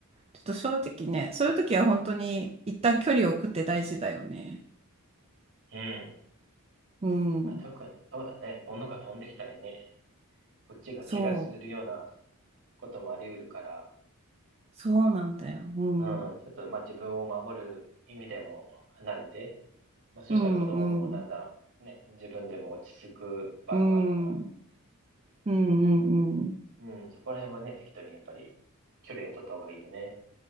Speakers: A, on the right; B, on the right.
A: ちょっと正直ね、そういう時は本当に一旦距離を置くって大事だよね。
B: うん。
A: うん、
B: まあ、特にそうだね。物が飛んできたりね。こっちが怪我するような
A: そう、
B: こともあり得るから、
A: そうなんだよ。うん、
B: うん、
A: うん、
B: ちょっとまあ自分を守る意味でも離れて、まあそしたら子供もだんだんね、
A: うん、
B: 自分でも落ち着く場合もあるから、
A: うん、うん、うん、うん。
B: うん、そこら辺はね、適当にやっぱり距離は取った方がいいよね。